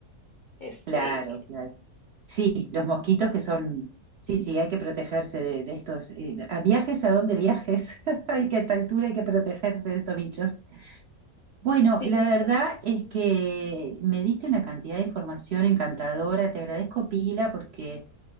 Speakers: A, on the left (about 75°); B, on the right (about 75°).
A: Este,
B: Claro, claro. Sí, los mosquitos que son, sí, sí, hay que protegerse de, de estos, eh, a viajes a donde viajes, <laughs> hay
A: mm,
B: que a esta altura hay que protegerse de estos bichos. Bueno,
A: sí,
B: la verdad es que me diste una cantidad de información encantadora. Te agradezco, Pila, porque,